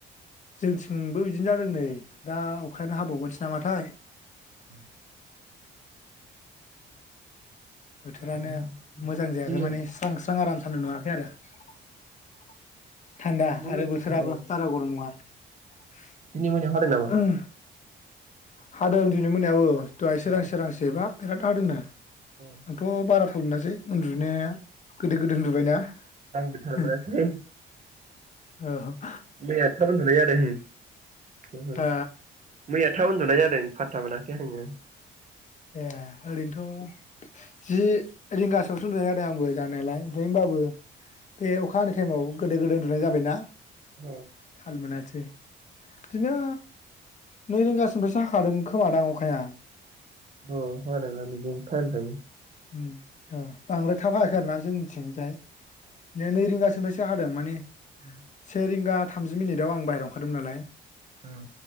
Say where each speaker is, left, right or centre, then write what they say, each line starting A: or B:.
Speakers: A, on the left; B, on the right.
A: जोंथिंबो बिदिनो जादों नै दा अखायानो हाबावगोनसो नामाथाय ।
B: औ ।
A: बोथोरानो
B: हागोन ना हाया?
A: मोजां जायाखै
B: दिनै
A: माने
B: औ
A: स्रां स्रां आराम
B: औ
A: सनदुं दुंवाखै आरो । थान्दा
B: दिनै मोनायाव
A: आरो बोथोराबो
B: औ
A: बारा गरम नङा ।
B: दिनै मोनायाव हादों नामा
A: हादों दिनि मोनायावबो । दहाय सोरां
B: औ
A: सोरां सिबा । बिराद आदोंना ।
B: औ
A: आंथ बाराथाल मोनसै उन्दु ने गोदो गोदो उन्दुबायना
B: आंबो थाल
A: हो
B: मोनासै
A: औ ।
B: मैया थाब उन्दुनाय जादों हो उ उ
A: ओ
B: । थाब उन्दुनाय जादों फाथत्ता मोनाखै आङो ।
A: ए ओरैनोथ' जि रिंगासोआवसो उन्दुनाय जादों आंबो जानायालाय होमबाबो बे अखा टाइमाव गोदो गोदो उन्दुनाय जाबाय ना
B: अ
A: थाल मोनासै बिदिनो नै रिंगासिमनिफ्रायसो हाखादों खोमादां अखाया
B: औ हादोंना‌ बिदिनो‌ थाइम थायो।
A: उम आ बांद्राय थाब हायाखै आरो ना जोंनिथिंजाय ए नै रिंगासो दा हादों माने
B: उम
A: से रिंगा थामजि मिनिट आव आं बायरायाव ओंखारदोंमोन नालाय
B: ओं